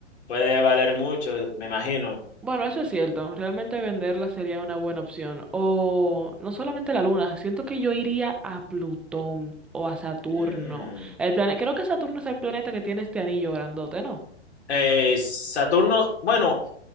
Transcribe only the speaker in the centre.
Bueno, eso es cierto. Realmente venderla sería una buena opción. O no solamente la Luna, siento que yo iría a Plutón o a Saturno.
El plane- Creo que Saturno es el planeta que tiene este anillo grandote, ¿no?